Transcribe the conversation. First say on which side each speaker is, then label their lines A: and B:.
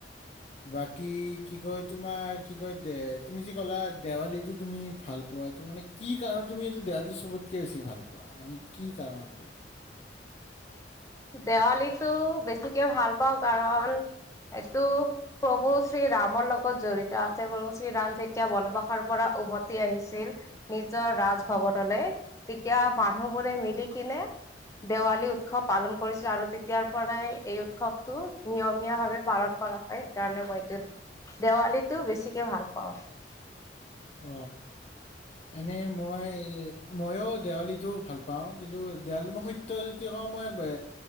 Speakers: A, on the left; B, on the left.
A: বাকী কি কয় তোমাৰ কি কয় দে তুমি যি ক'লা দেৱালীটো তুমি ভাল পোৱাাতটো মানে কি কাৰণ তুমি এইটো দেৱালীটো চবতকে বেছি ভাল পোৱা মানে কি কাৰণটো
B: দেৱালীটো বেছিকে ভাল পাওঁ কাৰণ এইটো প্ৰভু শ্ৰীৰামৰ লগত জড়িত আছে প্ৰভু শ্ৰীৰাম যেতিয়া বনবাসৰ পৰা উভতি আহিছিল নিজৰ ৰাজভৱনলৈ তেতিয়া মানুহবোৰে মিলি কিনে দেৱালী উৎসৱ পালন কৰিছিলো আৰু তেতিয়াৰ পৰাই এই উৎসৱটো নিয়মীয়া ভাৱে পালন কৰা হয় সেইকাৰণে মইটো দেৱালীটো বেছিকে ভাল পাওঁ
A: অ এনেই মই মইো দেৱালীটো ভাল পাওঁ কিন্তু দেৱালী মই সত্য় য কওঁ মই এ